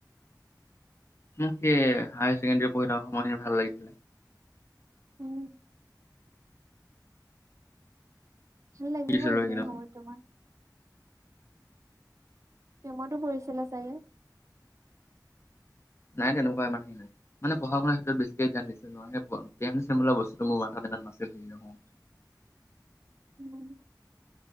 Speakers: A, on the left (about 35°); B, on the right (about 45°).
A: মোক সেই হায় ছেকেণ্ডাৰী পঢ়ি থকা সময়খিনি ভাল লাগিছিলে।
B: উম। ভাল লাগিব
A: শিকিছিলো
B: এই
A: সেইখিনি
B: খিনি সময়ত তোমাৰ। প্ৰেমতো পৰিছিলা চাগে।
A: নাই তেনেকুৱা আমাৰ। মানে পঢ়া-শুনাৰ ক্ষেত্ৰত বেছিকে ধ্যান দিছিলো। জ্ঞান-চিয়ান বোলা বস্তু মোৰ মাথাত ইমান নাছিল হেৰি নহয়।
B: উম।